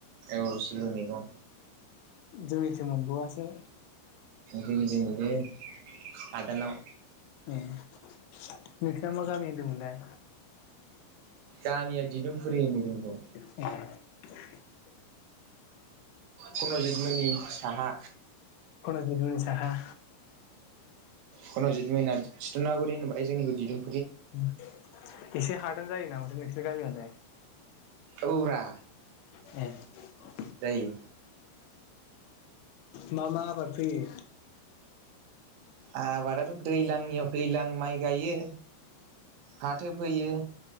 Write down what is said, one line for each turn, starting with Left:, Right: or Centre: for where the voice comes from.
Right: औ बियो मैगं।
Left: जोंनिथिं मोन बावआसो।
Right: जोंनि जिं मोनो हादानाव
Left: नोंसोरनिया मा गामि होनदोमोनलाइ।
Right: गामिया दिदोमफुरि होनो जोंनिखौ
Left: <unintelligible>
Right: फुनजितमोननि साहा।
Left: उन साहा
Right: कन' जित मैना थिथुनागुरि होनोबाय जोंनिखौ दिदुम
Left: <unintelligible> एसे हादान जायो नामा बे नोंसोरनि गामियालाइ
Right: औ रा।
Left: <unintelligible>
Right: जायो।
Left: मा मा आबाद फोयो।
Right: आबादाथ' दैलांनियाव दैलां माइ गायो फाथो फोयो